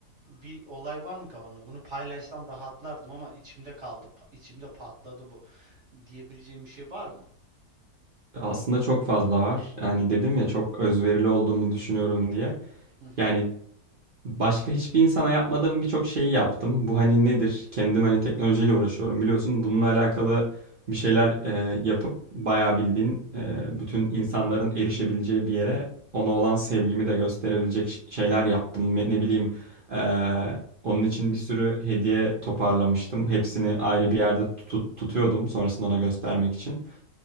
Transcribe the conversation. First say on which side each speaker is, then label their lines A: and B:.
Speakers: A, on the right; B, on the right.
A: bir olay var mı kafanda? Bunu paylaşsam rahatlardım ama içimde kaldı, pa- içimde patladı bu diyebileceğim bir şey var mı?
B: Aslında çok fazla var. Yani dedim ya çok özverili olduğumu düşünüyorum diye.
A: Hı hı,
B: Yani Başka hiçbir insana yapmadığım birçok şeyi yaptım. Bu hani nedir? Kendim hani teknolojiyle uğraşıyorum biliyorsun. Bununla alakalı bir şeyler e, yapıp bayağı bildiğin e, bütün insanların erişebileceği bir yere ona olan sevgimi de gösterebilecek ş- şeyler yaptım. Ne ne bileyim e, onun için bir sürü hediye toparlamıştım. Hepsini ayrı bir yerde tut- tutuyordum sonrasında ona göstermek için.